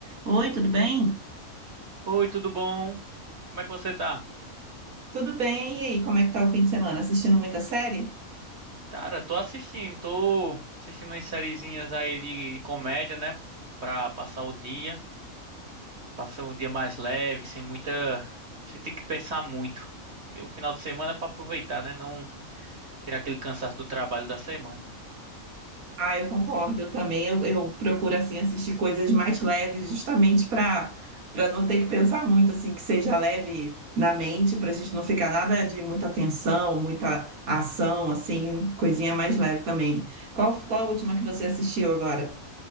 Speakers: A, on the right; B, on the right.
A: Oi, tudo bem?
B: Oi, tudo bom? Como é que você tá?
A: Tudo bem? E aí, como é que tá o fim de semana? Assistindo muita série?
B: Cara, tô assistindo, tô assistindo umas sériezinhas aí de, de comédia, né? Pra passar o dia, passar um dia mais leve, sem muita. Sem ter que pensar muito. Porque o final de semana é pra aproveitar, né? Não tirar aquele cansaço do trabalho da semana.
A: Ah, eu concordo, eu também. Eu, eu procuro assim assistir coisas mais leves, justamente para para não ter que pensar muito assim, que seja leve na mente, para a gente não ficar nada de muita tensão, muita ação, assim, coisinha mais leve também. Qual, qual a última que você assistiu agora?